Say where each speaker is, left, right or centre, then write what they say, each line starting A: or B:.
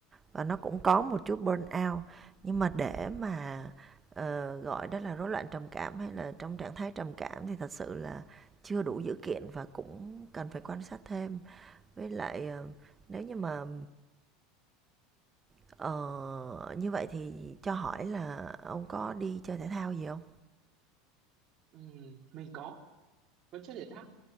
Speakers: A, on the right; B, on the right.
A: ừm,
B: và nó cũng có một chút burnout nhưng mà để mà ờ, gọi đó là rối loạn trầm cảm hay là trong trạng thái trầm cảm thì thật sự là chưa đủ dữ kiện và cũng cần phải quan sát thêm với lại ờ, nếu như mà ờ, như vậy thì cho hỏi là ông có đi chơi thể thao gì không
A: ừm, mình có vẫn chơi thể thao